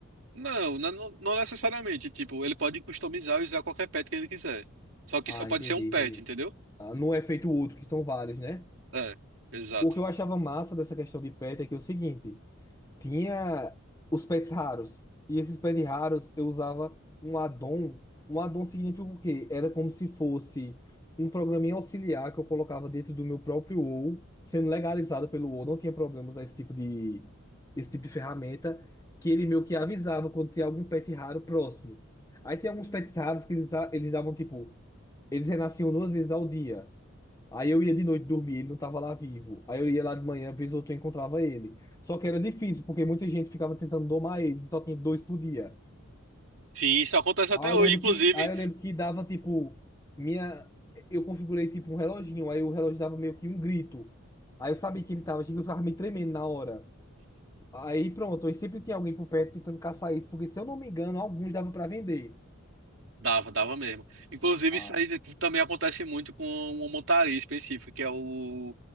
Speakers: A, on the right; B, on the left.
A: Não, não, não necessariamente. Tipo, ele pode customizar e usar qualquer pet que ele quiser. Só que
B: Ah,
A: só pode
B: entendi,
A: ser um pet,
B: entendi.
A: entendeu?
B: Ah, não é feito outro, que são vários, né?
A: É, exato.
B: O que eu achava massa dessa questão de pet é que é o seguinte, tinha os pets raros. E esses pets raros eu usava um addon. Um addon significa o quê? Era como se fosse um programinha auxiliar que eu colocava dentro do meu próprio OU, sendo legalizado pelo OU, não tinha problemas a esse tipo de esse tipo de ferramenta, que ele meio que avisava quando tinha algum pet raro próximo. Aí tinha alguns pets raros que eles, a- eles davam tipo, eles renasciam duas vezes ao dia. Aí eu ia de noite dormir, ele não estava lá vivo. Aí eu ia lá de manhã, vez ou outra eu encontrava ele. Só que era difícil, porque muita gente ficava tentando domar ele, e só tinha dois por dia.
A: Sim, isso acontece
B: Aí
A: até
B: eu
A: hoje,
B: lembro
A: inclusive.
B: que, aí eu lembro que dava tipo minha eu configurei tipo um reloginho, aí o relógio dava meio que um grito. Aí eu sabia que ele tava, achei que eu ficava me tremendo na hora. Aí pronto, aí sempre tinha alguém por perto tentando caçar isso, porque se eu não me engano, alguns davam para vender.
A: Dava, dava mesmo. Inclusive,
B: Ah.
A: isso aí também acontece muito com uma montaria específica, que é o